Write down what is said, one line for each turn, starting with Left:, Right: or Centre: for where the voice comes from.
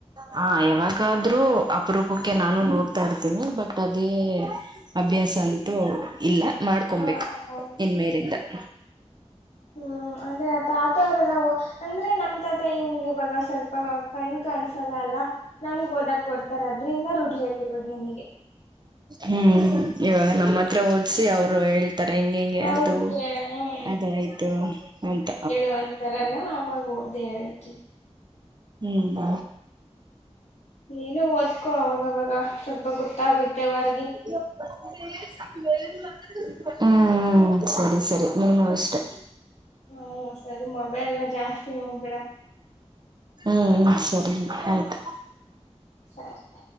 Right: ಹಾ ಯಾವಾಗಾದ್ರೂ ಅಪರೂಪಕ್ಕೆ ನಾನು ನೋಡ್ತಾ ಇರ್ತೀನಿ ಬಟ್ ಅದೇ ಅಭ್ಯಾಸ ಅಂತೂ ಇಲ್ಲ ಮಾಡ್ಕೊಬೇಕು
Left: ಹಾ ಹ ಹ
Right: ಇನ್ಮೇಲಿಂದ
Left: ಹ್ಮ್ ಅಂದ್ರೆ ಆ ತಾತವರೆಲ್ಲಾ ಅಂದ್ರೆ ನಮ್ದ ಮ ಹಿಂಗೆ ಬಾಗ ಸ್ವಲ್ಪ ಕಣ್ಣ್ ಕಾಣಸಲ್ಲ ಅಲ್ಲ ನಮ್ಗೆ ಓದಕ್ ಕೊಡ್ತಾರ ಅದ್ರಿಂದ ರುಢಿಯಕ್ ಇರೋದ ಮನಗೆ
Right: ಹ್ಮ್ ಇವಾಗ ನಮ್ಮತ್ ಹತ್ರ ಓದಸಿ ಅವರು ಹೇಳ್ತಾರೆ ಹೆಂಗ ಹೆಂಗೆ
Left: ಅವ್ರಗೆ
Right: ಅದು
Left: ಹ್ಮ್
Right: ಅದಾಯ್ತು ಅಂತ
Left: ಅಂತರಲ್ಲ ಅವಾಗ ಓ್ದಹೇಳ್ತೀವಿ
Right: ಹ್ಮ್
Left: ನೀನು ಓದ್ಕೋ ಅವಾಗವಾಗ ಸ್ವಲ್ಪ ಗೊತ್ತಾಗುತ್ತೆವರ
Right: <inaudible> ಹ್ಮ್ ಸರಿ ಸರಿ ನೀನುೂ ಅಷ್ಟೆ
Left: ಹ್ಮ ಸರಿ ಮೊಬೈಲ್ನ ಜಾಸ್ತಿ ನೋಡ್ಬೇಡ
Right: ಹ್ಮ್ ಹ್ಮ ಸರಿ ಆಯ್ತು
Left: ಸಾತ